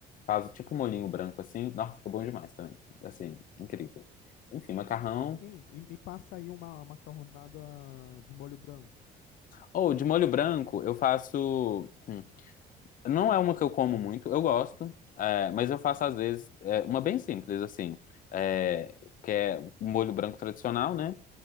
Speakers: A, on the left; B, on the left.
A: faz tipo um molhinho branco assim. Nossa, fica bom demais também. Assim, incrível. Enfim, macarrão.
B: Hein, e me passa aí uma macarronada de molho branco.
A: Ou de molho branco, eu faço. hum, Não é uma que eu como muito, eu gosto, é, mas eu faço às vezes é, uma bem simples, assim, é, que é o molho branco tradicional, né?